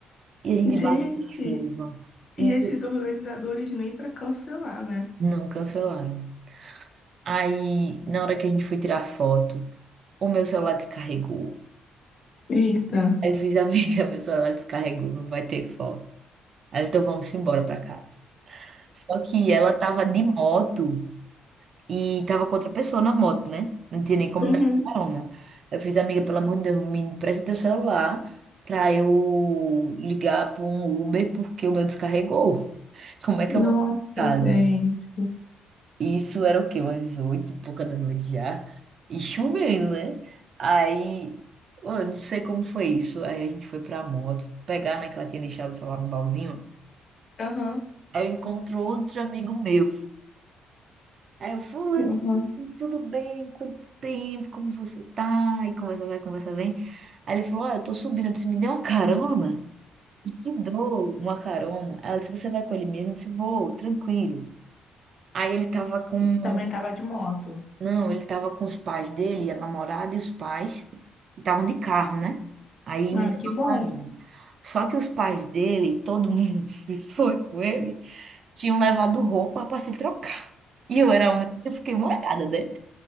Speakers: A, on the right; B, on the left.
A: E a gente
B: Gente,
A: embaixo de chuva
B: e
A: e
B: esses organizadores nem pra cancelar, né?
A: não cancelaram. Aí, na hora que a gente foi tirar foto, O meu celular descarregou.
B: Eita.
A: Aí eu fiz, amiga, meu celular descarregou, não vai ter foto. Aí, então vamos embora pra casa. Só que ela tava de moto e tava com outra pessoa na moto, né? Não tinha nem como
B: Uhum.
A: dar carona. Eu fiz, amiga, pelo amor de Deus, me empresta teu celular pra eu ligar pra um Uber porque o meu descarregou. <laughs> Como é que
B: Nossa,
A: eu vou pra
B: gente.
A: casa? Isso era o quê? Umas oito e pouca da noite já. E chovendo, né? Aí, ó, eu não sei como foi isso. Aí a gente foi pra moto pegar, né? Que ela tinha deixado o celular no baúzinho.
B: Aham.
A: Aí eu encontro outro amigo meu. Aí eu, fulano,
B: Uhum.
A: tudo bem? Quanto tempo? Como você tá? E conversa vai, conversa vem. Aí ele falou, ó, eu tô subindo. Eu disse, me dê uma carona. E te dou uma carona. Aí ela disse, você vai com ele mesmo? Eu disse, vou, tranquilo. Aí ele tava com
B: Também tava de moto.
A: Não, ele tava com os pais dele, a namorada e os pais, e estavam de carro, né? Aí me
B: Ah,
A: deu
B: que
A: uma
B: bom.
A: carona. Só que os pais dele, todo mundo <laughs> que foi com ele, tinham levado roupa para se trocar. E eu era a única que fiquei molhada, né?